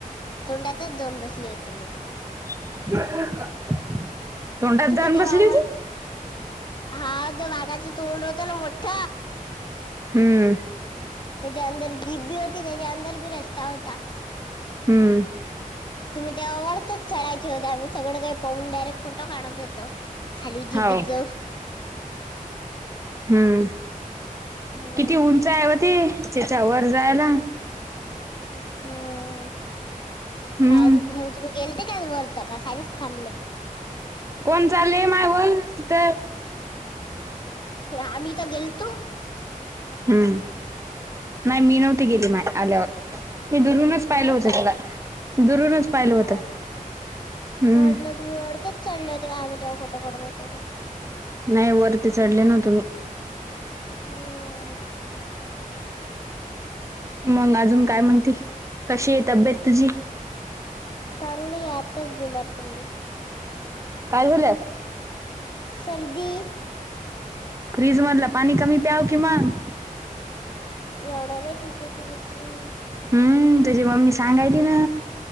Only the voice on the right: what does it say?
<inaudible> तोंडात
जाऊन
बसली
होती?
हम्म.
हम्म.
हाव.
हम्म
किती उंच आहे व ते. त्याच्या वर जायला.
हम्म
कोण चालेय माय वर तिथ-
हम्म, नाही मी नव्हती गेली माय आल्यावर- मी दुरूनच पाहिल
होत
त्याला दुरूनच पाहिल होत.
हम्म.
नाही वरती चढले नवतेमी.
मग अजून काय म्हणते कशी आहे तब्येत तुझी?
काय झालयात?
फ्रीज मधलं पाणी कमी प्याव कि मग-
हम्म तुझी मम्मी सांगायली ना